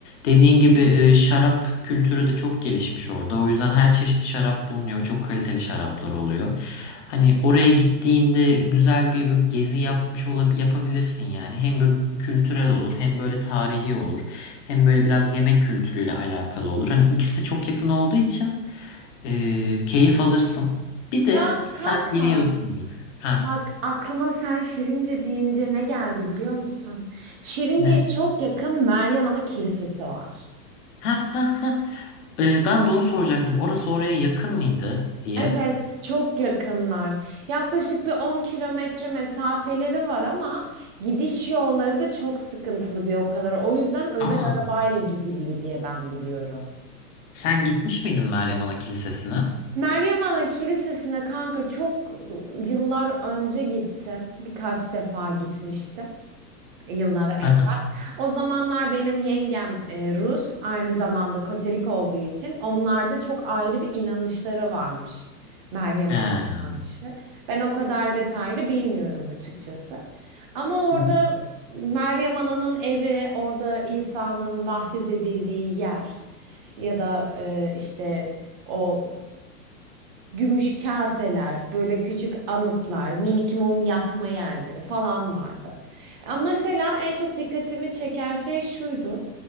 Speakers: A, on the left; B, on the right.
A: Dediğin gibi e, şarap kültürü de çok gelişmiş orada. O yüzden her çeşit şarap bulunuyor. Çok kaliteli şaraplar oluyor. Hani oraya gittiğinde güzel bir böyle gezi yapmış olab yapabilirsin yani. Hem böyle kültürel olur, hem böyle tarihi olur, hem böyle biraz yemek kültürüyle alakalı olur. Hani ikisi de çok yakın olduğu için e, keyif alırsın. Bir de
B: Ya
A: sen
B: kanka.
A: biliyorsundur. Ha
B: Bak aklıma sen Şirince deyince ne geldi biliyor musun? Şirince'ye
A: ne?
B: çok yakın Meryem Ana Kilisesi var.
A: Ha ha ha. Ee, ben de onu soracaktım. Orası oraya yakın mıydı diye.
B: Evet, çok yakınlar. Yaklaşık bir 10 kilometre mesafeleri var ama gidiş yolları da çok sıkıntılı bir o kadar. O yüzden özel
A: Aa.
B: arabayla gidiliyor diye ben biliyorum.
A: Sen gitmiş miydin Meryem Ana Kilisesi'ne? Hı
B: Meryem Ana Kilisesi'ne kanka çok yıllar önce gittim. Birkaç defa gitmiştim. yıllar evvel.
A: hı.
B: O zamanlar benim yengem e, Rus, aynı zamanda Katolik olduğu için onlarda çok ayrı bir inanışları varmış Meryem
A: He.
B: Hanım'a karşı. Ben o kadar detaylı bilmiyorum açıkçası. Ama orada
A: Hı hı.
B: Meryem Ana'nın evi, orada İsa'nın vaftiz edildiği yer ya da e, işte o gümüş kaseler, böyle küçük anıtlar, minik mum yakma yerleri falan vardı. Ama mesela en çok dikkatimi çeken şey şuydu.